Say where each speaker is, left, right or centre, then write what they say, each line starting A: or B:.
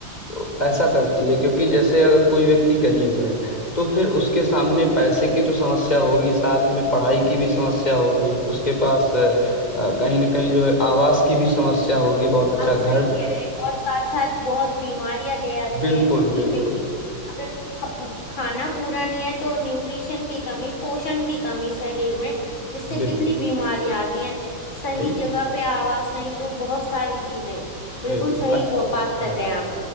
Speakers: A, on the left (about 20°); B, on the left (about 75°).
A: तो ऐसा करती है क्योंकि जैसे अगर कोई व्यक्ति गरीब है तो फिर उसके सामने पैसे की तो समस्या होगी साथ में पढ़ाई की भी समस्या होगी उसके पास अ, अ, कहीं ना कहीं जो है आवास की भी समस्या होगी बहुत अच्छा
B: आप
A: घर
B: सही कह रहे हैं और साथ साथ बहुत बीमारियां ले आती
A: बिल्कुल
B: है क्योंकि
A: बिल्कुल
B: न्यूट्रि अगर ख- भु- खाना पूरा नहीं है तो न्यूट्रिशन की कमी पोषण की कमी शरीर में जिससे कितनी
A: बिल्कुल
B: बीमारियां आती हैं सही
A: बिल्कुल
B: जगह पे आवास नहीं तो बहुत सारी चीजें बिल्कुल
A: बिल्कुल
B: सही
A: अच्छा
B: बो- बात कर
A: हाँ
B: रहे हैं आप